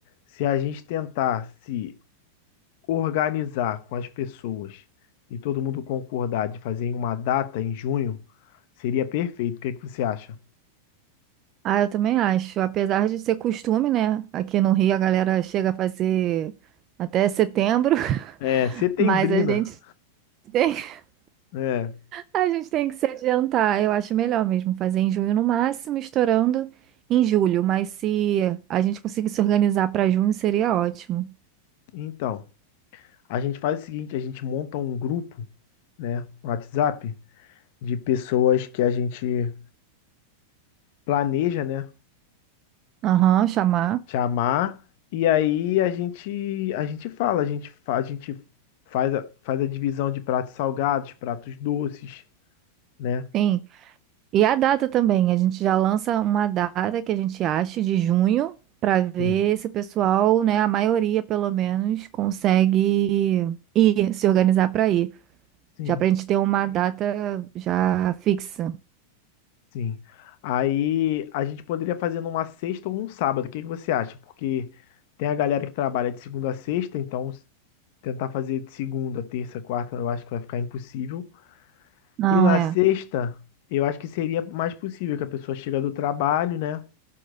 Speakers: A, on the left; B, on the right.
A: Se a gente tentar se organizar com as pessoas e todo mundo concordar de fazer em uma data em junho, seria perfeito. O que é que você acha?
B: Ah, eu também acho. Apesar de ser costume, né? Aqui no Rio a galera chega a fazer até setembro, <laughs>
A: É, setembrina.
B: mas a gente tem, <laughs>
A: É,
B: a gente tem que se adiantar. Eu acho melhor mesmo fazer em junho no máximo, estourando em julho. Mas se a gente conseguir se organizar para junho, seria ótimo.
A: então, a gente faz o seguinte, a gente monta um grupo, né, no WhatsApp, de pessoas que a gente planeja, né,
B: Aham, chamar.
A: chamar, e aí a gente a gente fala, a gente, fa- a gente faz a, faz a divisão de pratos salgados, pratos doces, né?
B: Sim. E a data também, a gente já lança uma data que a gente acha de junho para ver
A: Sim,
B: se o pessoal, né, a maioria pelo menos, consegue ir, se organizar para ir.
A: sim.
B: Já para a gente ter uma data já fixa.
A: Sim. Aí a gente poderia fazer numa sexta ou um sábado. O que que você acha? Porque tem a galera que trabalha de segunda a sexta, então s- tentar fazer de segunda, terça, quarta, eu acho que vai ficar impossível.
B: Não
A: E na
B: é.
A: sexta, eu acho que seria mais possível que a pessoa chega do trabalho, né?